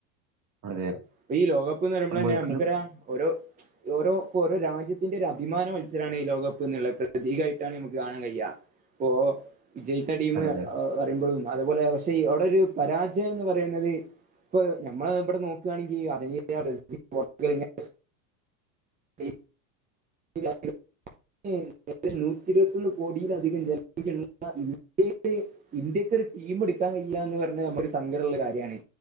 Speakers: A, on the right; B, on the right.
A: അതെ.
B: ഇപ്പ ഈ ലോകകപ്പ്ന്നറിമ്പളെന്നെ
A: ഒരിക്കലും
B: നമ്മക്കറ്യാ ഓരോ ഓരോ ഓരോ രാജ്യത്തിന്റൊര് അഭിമാന മത്സരാണ് ഈ ലോകകപ്പ്ന്ന്ള്ളേ പ്രതീകായിട്ടാണ് അമ്മക്ക് കാണാൻ കയ്യാ. ഇപ്പോ വിജയിക്ക്ണ ടീമ്
A: അതെ അതെ
B: പറിമ്പഴും അതുപോലെ പക്ഷെ അവ്ടൊര് പരാജയംന്ന് പറയുന്നത് ഇപ്പൊ ഞമ്മളെ ഇബടെ നോ ക്കാണെങ്കീ അർജൻ്റീന, ബ്രസീല് പോർച്ചുഗല്, ഇങ്ങനെ പെയിൻ <unintelligible> <unintelligible> ഏകദേശം നൂറ്റി ഇരുപത്തൊന്ന് കോടീലധികം ജനസംഖ്യള്ള ഇന്ത്യയില് ഇന്ത്യക്കൊര് ടീം ഇട്ക്കാൻ കഴിയില്ലാന്ന് പറഞ്ഞാ നമ്മക്ക് സങ്കടള്ള കാര്യാണ്.